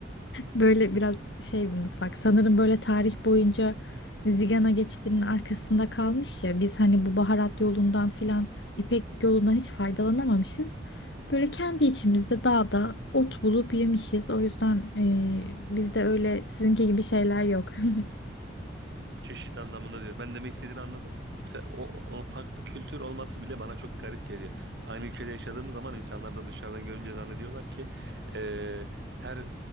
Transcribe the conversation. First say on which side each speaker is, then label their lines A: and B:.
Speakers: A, on the left; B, on the right.
A: Böyle biraz şey bir mutfak. Sanırım böyle tarih boyunca Zigana geçidinin arkasında kalmış ya. Biz hani bu baharat yolundan filan İpek yolundan hiç faydalanamamışız. Böyle kendi içimizde dağda ot bulup yemişiz. O yüzden e, bizde öyle sizinki gibi şeyler yok. <laughs>
B: Çeşit anlamında diyor. Ben demek istediğini anladım. Mesela O, o farklı kültür olması bile bana çok garip geliyor. Aynı ülkede yaşadığımız zaman insanlar da dışarıdan görünce zannediyorlar ki e, her